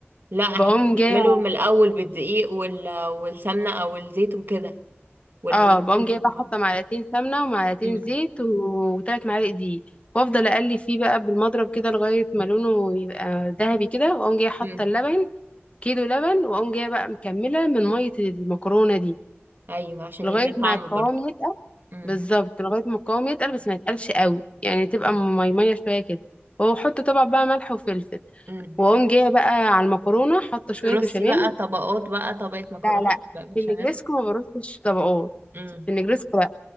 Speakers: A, on the right; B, on the left.
A: لا احنا
B: بقوم جايه
A: بنعمله من الاول بالدقيق وال... والسمنه او الزيت وكده واللبن
B: اه بقوم
A: و...
B: جايبه احط معلقتين سمنه ومعلقتين
A: مم.
B: زيت وثلاث معالق دقيق وافضل اقلب فيه بقى بالمضرب كده لغايه ما لونه يبقى ذهبي كده واقوم جايه حاطه
A: مم.
B: اللبن كيلو لبن واقوم جايه بقى مكمله من ميه المكرونه دي
A: ايوه عشان
B: لغايه
A: يديها
B: ما
A: طعم
B: القوام
A: برضه
B: يتقل
A: مم.
B: بالظبط لغايه ما القوام يتقل بس ما يتقلش قوي يعني تبقى ميميه شويه كده واحط طبعا بقى ملح وفلفل
A: مم.
B: واقوم جايه بقى على المكرونه حاطه شويه
A: ترصي
B: بشاميل
A: بقى طبقات بقى طبقه مكرونه
B: لا لا
A: طبقه بشاميل
B: في النجريسكو ما برصش طبقات
A: مم.
B: في النجريسكو